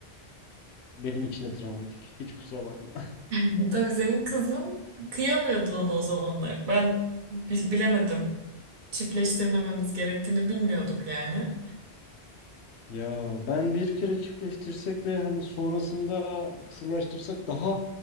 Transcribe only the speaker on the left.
benim için de travmatik. Hiç kusura bakma. <laughs>
Ya ben bir kere çiftleştirsek ve hani sonrasında kısırlaştırsak daha